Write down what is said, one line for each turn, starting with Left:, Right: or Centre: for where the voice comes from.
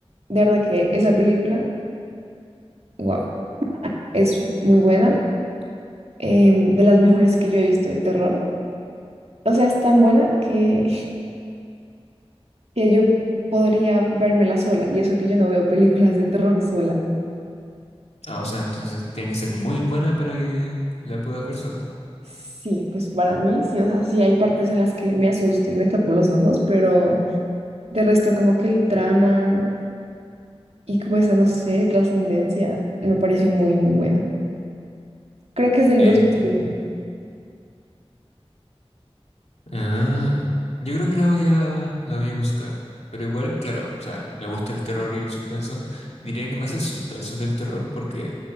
Right: De verdad que esa película, wow, es muy buena, em, de las mejores que yo he visto de terror. O sea, es tan buena que que yo podría vérmela sola, y eso que yo no veo películas de terror sola.
Left: Ah, o sea, entonces tiene que ser muy buena para que la puedas ver sola.
Right: Sí, pues para mí sí, o sea, sí hay partes en las que me asusto y me tapo los ojos, pero de resto como que el trama y como esa, no sé, trascendencia me pareció muy, muy buena. Creo que es del
Left: Entiendo.
Right: 2001.
Left: Ah, yo creo que la voy a, la voy a buscar. Pero igual, claro, o sea, me gusta el terror y el suspenso. Diría que más el suspenso que el terror, porque